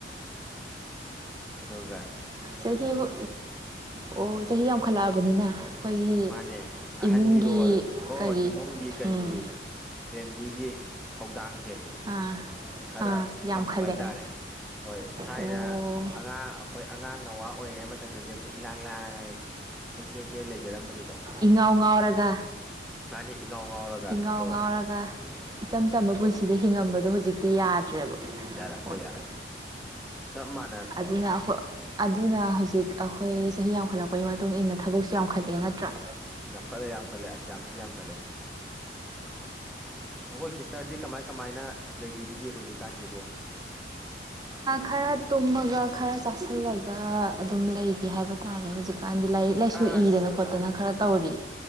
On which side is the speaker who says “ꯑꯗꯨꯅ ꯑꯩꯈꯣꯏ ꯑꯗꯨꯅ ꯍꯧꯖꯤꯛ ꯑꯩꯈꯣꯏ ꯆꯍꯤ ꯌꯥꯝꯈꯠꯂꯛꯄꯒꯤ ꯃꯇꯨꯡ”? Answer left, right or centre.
Right